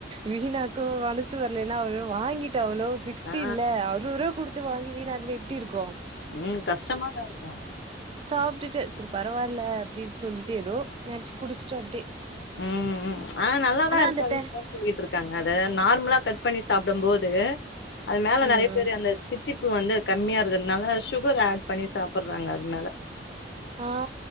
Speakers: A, on the right; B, on the left.
A: வீணாக்கவு <unintelligible> <unintelligible> வரலைன்னா அதுவ வாங்கிட் அவ்வளோ சிக்ஸ்டி
B: ஆ
A: இல்ல அறுவ ரூவா குடுத்து வாங்கி வீணாங்களே ட்டி இருக்கு
B: உம் கஷ்டமாதா இருக்கு
A: சப் ட்டுட்ட செரி பரவால்ல அப்டின்னு சொல்லிட்டு ஏதோ நெனைச்சு குடிச்சுட்டே அப்டியே
B: உம் உம் ஆனா நல்லாதா இருக்குன்னு
A: அந்த ட
B: <unintelligible> சொல்லிட்டு இருக்காங்க அத நார்மலா கட் பண்ணி சாப்டும்போது அது மேல
A: ம்
B: நெறைய பேரு அந்த திட் திப்பு வந்து கம்மிய இருக்கறதுனால சுகர் ஆட் பண்ணி சாப்புட த்தர்றாங்க அதனால
A: ஆ